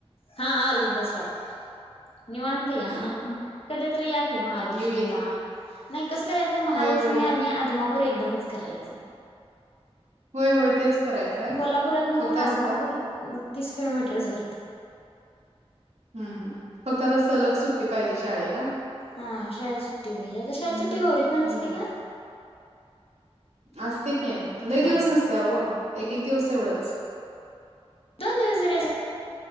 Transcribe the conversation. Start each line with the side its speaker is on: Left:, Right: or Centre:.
Left: हा अर्धा तास लागतोय निवांत या
Right: हा हा
Left: कधि तरी याकी महालक्ष्मीला
Right: येऊया की
Left: नाही कसं करायचं महालक्ष्मी
Right: होय होय
Left: आणि आदमापूर पूर एकदमच करायच.
Right: होय होय तेच करायचं आहे
Left: कोल्हापुरात ना
Right: फक्त
Left: पण
Right: असं
Left: आदमापूर
Right: आता
Left: तीस किलोमीटरच भरातय.
Right: हम् हम फक्त आता सलग सुट्टी पाहिजे शाळेला
Left: हा शाळेला सुट्टी पाहिजे आता शाळेला
Right: मग
Left: सुट्टी गौरीत ना नसती
Right: या
Left: का
Right: असते के लय
Left: हा
Right: दिवस नसतीया ओ एक -एक दिवस तेवढच
Left: दोन दिवस जरी अस